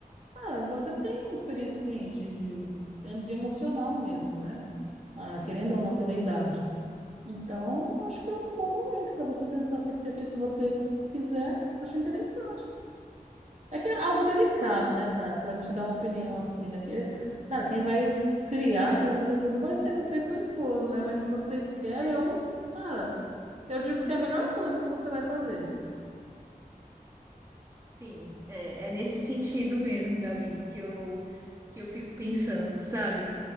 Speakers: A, on the right; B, on the right.
A: Ah, você tem uma experiência, assim, de, de, de emocional mesmo, né? Ah, querendo ou não, pela idade. Então, acho que é um bom momento para você pensar assim, prefiro, se você quiser, acho interessante. É que é algo delicado, né, cara, para a gente dar uma opinião assim, né? Que, cara, quem vai criar, quem vai fazer tudo vai ser você e seu esposo, né? Mas se vocês querem, eu, cara, eu digo que é a melhor coisa que você vai fazer.
B: Sim, é, é nesse sentido mesmo, Gabi, que eu, que eu fico pensando, sabe?